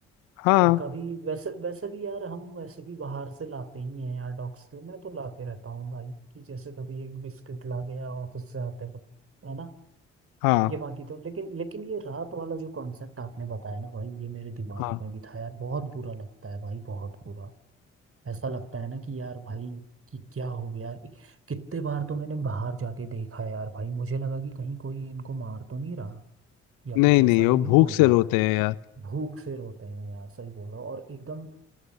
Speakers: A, on the left; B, on the right.
A: हाँ
B: और कभी वैसे वैसे भी यार हम वैसे भी बाहर से लाते ही हैं यार डॉग्स के मैं तो लाते रहता हूँ भाई कि जैसे कभी एक बिस्किट ला गया ऑफिस से आते वक्त है ना
A: हाँ
B: ये बाकी तो लेकिन लेकिन ये रात वाला जो कॉन्सेप्ट आपने बताया ना भाई ये मेरे दिमाग
A: हाँ
B: में भी था यार बहुत बुरा लगता है भाई बहुत बुरा ऐसा लगता है ना कि यार भाई कि क्या हो गया कि- कितने बार तो मैंने बाहर जाके देखा यार भाई मुझे लगा कि कहीं कोई इनको मार तो नहीं रहा या
A: नहीं
B: कुछ ऐसा
A: नहीं वो
B: तो नहीं
A: भूख
B: हो
A: से
B: गया
A: रोते हैं यार
B: भूख से रोते हैं यार सही बोल रहा हूँ और एकदम